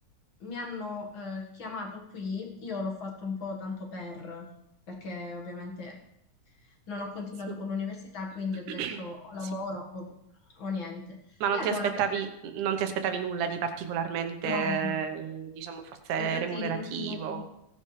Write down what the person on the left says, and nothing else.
mi hanno eh, chiamato qui, io l'ho fatto un po' tanto per, perché ovviamente non ho continuato
con l'università, quindi
ho detto o lavoro
o, o niente.
E
allora
per...
No,
no, no.
infatti
non ti nego,